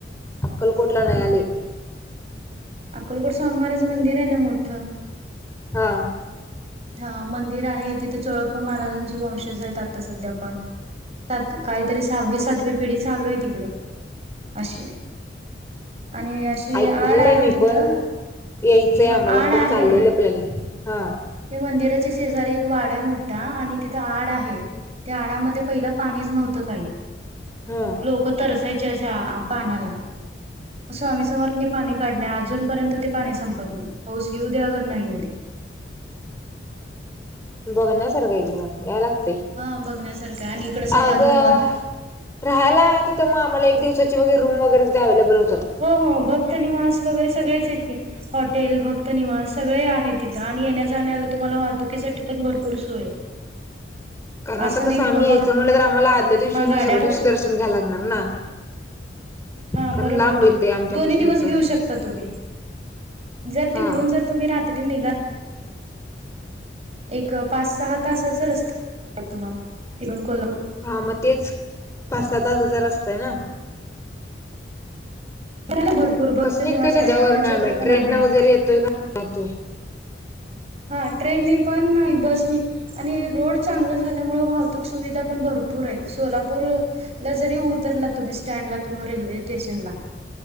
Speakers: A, on the left (about 15°); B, on the right (about 35°).
A: अक्कलकोटला नाही आली.
B: अकोलकोट स्वामी महाराज मंदिर आहे ना मोठं.
A: हा
B: हा मंदिर आहे तिथे चोळप्प महाराजांचे वंशज आहेत आता सध्या पण सात काहीतरी सहावी सातवी पिढी चालू आहे तिकडं अशी आणि अशी
A: ऐकलेलं
B: आड आहे
A: मी
B: तिथं
A: पण यायचंय
B: ह
A: आम्हाला
B: आड
A: पण
B: आहे.
A: चाललेलं प्लॅनिंग हा
B: मंदिराची शेजारी एक वाडा आहे मोठा आणि तिथं आड आहे. त्या आडामध्ये पहिला पाणीच नव्हतं काही
A: हा.
B: लोक तरसायच. विष पाण्याला असं आमीही समर्थने पाणी काढले अजूनपर्यंत ते पाणी संपत नाही पाऊस येऊ दे्या अगर नाही येऊ दे.
A: बघण्यासारखा आहे कि मग या लागत.
B: हा बघण्यासारखं आणि इकडे समाधी
A: आता
B: मठ
A: राहाला आ तिथ मग मला एक दिवसाची वर रूम वगैरे अवैलेबल होतील.
B: हो हो भक्तनिवास वगैरे सगळेच आहेत की हॉटेल भक्तनवास सगळे आहेत तिथं आणि येण्या तुम्हाला वाहतुकीसाठी पण भरपूर सोय
A: कारण
B: असं
A: आता
B: नाही
A: कसं
B: की
A: आम्ही
B: बाबा
A: यायचं म्हलं तर आम्हाला आदल्या दिवशी
B: हा गाड्या
A: दुसऱ्या दिवशी दर्शन घ्याय लागणार ना.
B: हा
A: कारण
B: बरोबर
A: लांब
B: की
A: येत ते आमच्यापासून
B: दोन्ही दिवस
A: इथून
B: घेऊ शकता तुम्ही जर
A: हा
B: तिकडून जर तुम्ही रात्री निघाल एक पाच सहा तासाचा रस्त तुम्हाला तथून को
A: हा मग तेच पाच सात आच हजार असतय ना
B: फिरायला भरपूर भक्त
A: कस निघते
B: निवास
A: ते
B: आहे
A: जववर
B: अन्नछत्र
A: नाही आम्ही
B: पण
A: ट्रेन
B: आहे
A: ना वगैरे येतोय का राह
B: हा ट्रेन नी पण नाही बस आणि रोड चांगल झाल्यामुळे वाहतूक सुविधा पण भरपूर आहेत सोलापूर जरी उतरला तुम्ही स्टँडला किंवा रेल्वे स्टेशनला